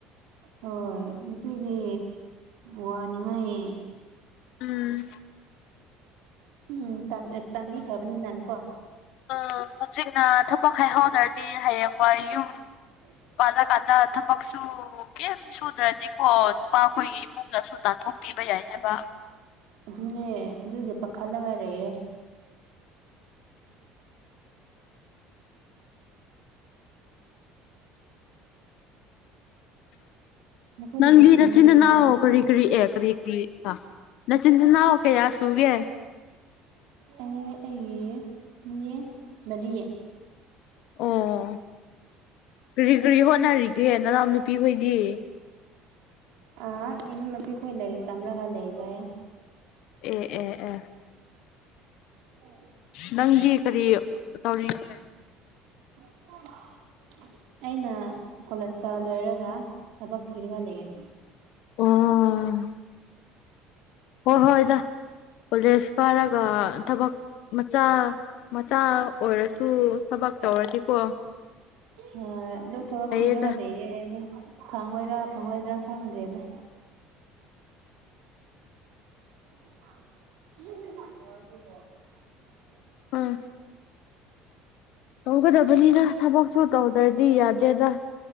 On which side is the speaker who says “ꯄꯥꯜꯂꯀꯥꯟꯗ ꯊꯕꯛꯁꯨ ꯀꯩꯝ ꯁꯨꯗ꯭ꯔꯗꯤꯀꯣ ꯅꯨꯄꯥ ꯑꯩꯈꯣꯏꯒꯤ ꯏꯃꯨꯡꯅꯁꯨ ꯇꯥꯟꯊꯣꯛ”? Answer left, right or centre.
Left